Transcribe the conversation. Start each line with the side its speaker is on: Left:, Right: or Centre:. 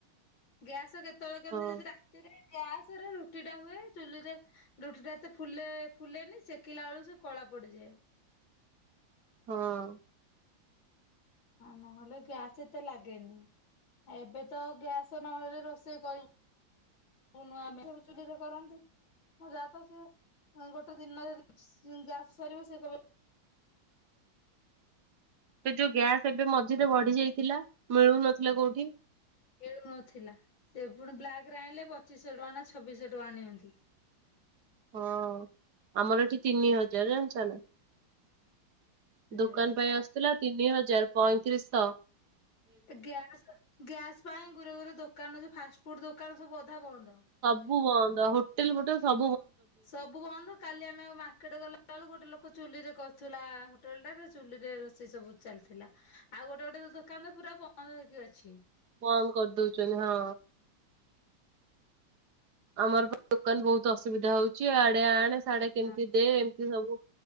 Left: ଗ୍ୟାସ କେତେବେଳେ କେମତି
Right: ହଁ
Left: ଯଦି ରାତିରେ ଗ୍ୟାସରେ ରୁଟି ଟା ହୁଏ ଚୁଲିରେ ରୁଟି ଟା ଏତେ ଫୁ ଫୁଲେନି ସେକିଲା ବେଳକୁ ସେ କଳା ପଡିଯାଏ
Right: ହଁ
Left: ନହେଲେ ଗ୍ୟାସ ଏତେ ଲାଗେନି ଏବେ ତ ଗ୍ୟାସ ନହେଲେ ରୋଷେଇ କରିବୁ ନୂ ସବୁ ଚୁଲିରେ କରନ୍ତି ମ ଯା ତ ସି ଗୋଟେ ଦିନ ଯ ଗ୍ୟାସ ସରିବ ସେ କ
Right: ସେ ଯୋଉ ଗ୍ୟାସ ଏବେ ମଝିରେ ବଢି ଯାଇଥିଲା ମିଳୁନଥିଲା କୋଉଠି
Left: ଖଳୁନଥିଲା ସେ ପୁଣି ବ୍ଲାକରେ ଆଣିଲେ ପଚିଶଶହ ଟଙ୍କା ନା ଛବିଶ ଟଙ୍କା ନିଅନ୍ତି
Right: ହଁ ଆମର ଏଠି ତିନି ହଜାର ଜଣି ଚାଲା
Left: ଏ
Right: ଦୋକାନ ପାଇଁ
Left: ଗ୍ୟାସ
Right: ଆସୁଥିଲା ତିନି ହଜାର ପଇଁତିରିଶଶ
Left: ଗ୍ୟାସ୍ ଗ୍ୟାସ୍ ପାଇଁ ଗୋରେ ଗୋରେ ଦୋକାନ ଯୋ ଫାଷ୍ଟଫୁଡ଼୍ ଦୋକାନ ସବୁ ଅଧା ବନ୍ଦ
Right: ଅବୁ ହ ହୋଟେଲ ଫୋଟେ ସବ
Left: ସବୁ ବନ୍ଦ କାଲି ଆମେ ମାର୍କେଟ ଗଲା ବେଳକୁ ଗୋଟେ ଲୋକ ଚୁଲିରେ କରି ଥିଲା ହୋଟେଲଟା ଚୁଲିରେ ରୋଷେଇ ସବୁ ଚାଲିଥିଲା ଆଉ ଗୋଟେ ଗୋଟେ ଦୋକାନ ତ ପୁରା ବନ୍ଦ ହେଇକି ଅଛି
Right: କମ କରିଦଉଛନ୍ତି ହଁ ଆମର ଦୋକାନ ବହୁତ ଅସୁବିଧା ହଉଛି ଆଡେ ଆଣେ ସଡା କେମିତି
Left: ହଁ
Right: ଦେ ଏମିତି ସବୁ